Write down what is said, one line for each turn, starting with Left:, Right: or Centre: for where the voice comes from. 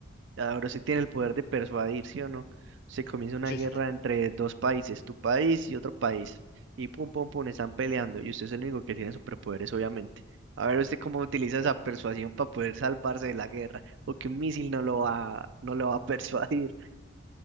Right: Ahora sí tiene el
Left: ujú.
Right: poder de persuadir, ¿sí o no? Se comienza una
Left: Sí,
Right: guerra
Left: sí. sí.
Right: entre dos países, tu país y otro país, y pum, pum, pum, están peleando, y usted es el único que tiene superpoderes, obviamente. A ver usted cómo utiliza esa persuasión para poder salvarse de la guerra, porque un misil no lo va, no lo va a <laughs> persuadir.